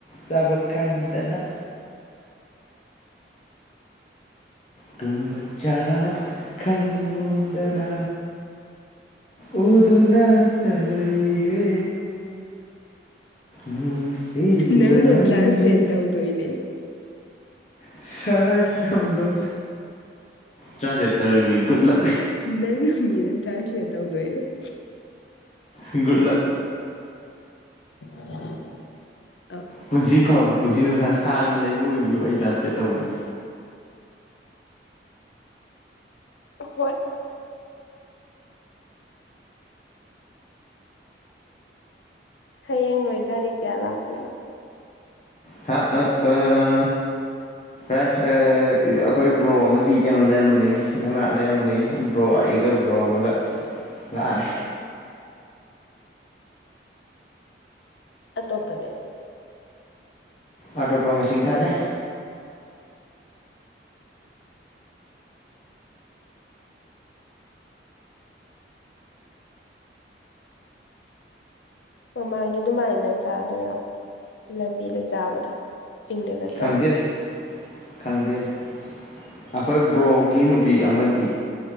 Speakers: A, on the left; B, on the left.
A: ꯆꯥꯕ ꯈꯪꯗꯅꯉ ꯇꯨꯕ ꯆꯥꯕ ꯈꯗꯅ ꯑꯣꯗꯨꯅꯠꯇ ꯂꯩꯔꯦ ꯅꯨꯡ ꯁꯤꯕ
B: ꯅꯪꯅ
A: ꯅꯪꯤ
B: ꯇ꯭ꯔꯥꯟꯁꯂꯦꯠ ꯇꯧꯗꯣꯏꯅꯦ
A: ꯁ ꯊꯟꯗ ꯆꯁꯤꯠ ꯇꯧꯔꯃꯤ ꯒꯨꯗ ꯂꯛ
B: ꯅꯪꯅ ꯃꯤꯅ ꯇ꯭ꯔꯥꯟꯁꯂꯦꯇꯧꯗꯣꯏꯅꯦ
A: ꯨꯜꯂ
B: <inaudible>
A: ꯄꯨꯟꯁꯤ ꯐꯕ ꯄꯨꯟꯁꯤ ꯅꯨꯡꯁꯥ ꯁꯥꯡꯅ ꯂꯩꯕꯨ ꯑꯣꯏꯕꯤꯌꯨ ꯑꯩ ꯇ꯭ꯔꯥꯟꯁꯂꯦꯠ ꯇꯧꯅꯤ
B: ꯍꯣꯏ ꯍꯌꯦꯡ ꯅꯣꯏ ꯒꯥꯔꯤ ꯀꯌꯥ ꯂꯥꯛꯇꯣꯏꯅꯣ
A: ꯍꯥ ꯑ ꯑ ꯥꯏ ꯑꯩꯈꯣꯏ ꯕ꯭ꯔꯣ ꯑꯃꯗꯤ ꯀꯩꯅꯣ ꯂꯩꯔꯝꯕꯅꯤ ꯅꯣꯏ ꯉꯥꯏꯍ ꯂꯩꯔꯃꯅꯤ ꯕ꯭ꯔꯣ ꯑꯩꯒ ꯕ꯭ꯔꯣ ꯑꯃꯒ ꯂꯥꯛꯑꯅꯤ
B: ꯑ ꯇꯣꯞꯄꯗꯦ
A: ꯑꯇꯣꯞꯄ ꯃꯁꯤꯡ ꯊꯥꯗꯦ
B: ꯃꯃꯥꯡꯒꯤ ꯑꯗꯨꯃꯥꯏꯅ ꯆꯥꯗꯣꯏꯔꯣ ꯂꯝꯕꯤꯗ ꯆꯥꯕꯗꯣ ꯆꯤꯡꯗ ꯅꯠꯇꯕ
A: ꯈꯪꯗꯦꯗ ꯈꯪꯗꯦꯗ ꯑꯩꯈꯣꯏ ꯕ꯭ꯔꯣꯒꯤ ꯅꯨꯄꯤ ꯑꯃꯗꯤ